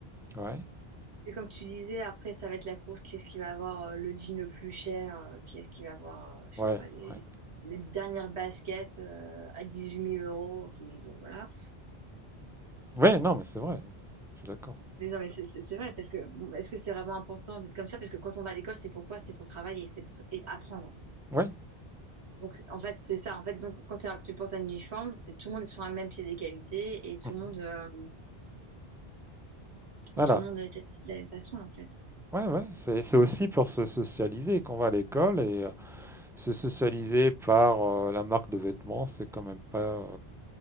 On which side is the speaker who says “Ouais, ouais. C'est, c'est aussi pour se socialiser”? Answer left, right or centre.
Centre